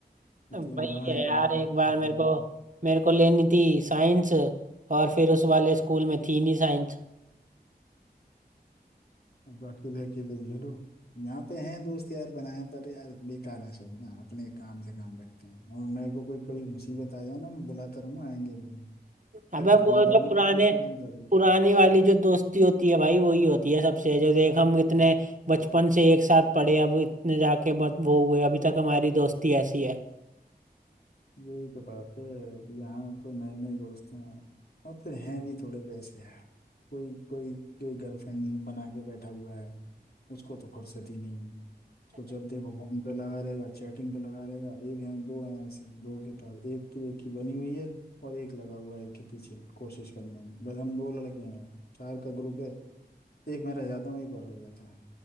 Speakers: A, on the left (about 65°); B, on the right (about 50°).
A: अब
B: वही
A: तुझे वहाँ
B: है
A: ले-
B: यार एक बार
A: पता
B: मेरे
A: नहीं
B: को मेरे को लेनी थी साइंस और फिर उस वाले स्कूल में थी नहीं साइंस
A: अब अकेले अकेले झेलो यहाँ पे हैं दोस्त यार बनाए पर यार बेकार हैं सब ना अपने काम से काम रखते हैं और मेरे को कोई कभी मुसीबत आ जाए ना मैं बुलाता रहूंगा आएंगे भी नहीं
B: अबे
A: तेरे को
B: वो
A: फोन करूंगा
B: जो पुराने
A: कभी तुरंत आ जाओ
B: पुराने वाली जो दोस्ती होती है भाई वही होती है सबसे जो देख हम इतने बचपन से एक साथ पढ़े अब इतने जाके बहुत वो हुए अभी तक हमारी दोस्ती ऐसी है
A: यही तो बात है अब यहाँ तो नए नए दोस्त हैं और फिर हैं भी थोड़े वैसे यार कोई कोई के गर्लफ्रेंड बना के बैठा हुआ है उसको तो फुर्सत ही नहीं है उसको जब देखो फोन पे लगा रहेगा चैटिंग पे लगा रहेगा एक है दो हैं ऐसे दो के पास एक तो एक की बनी हुई है और एक लगा हुआ है एक के पीछे कोशिश करने में बस हम दो लड़के हैं चार का ग्रुप है एक मैं रह जाता हूँ एक और रह जाता है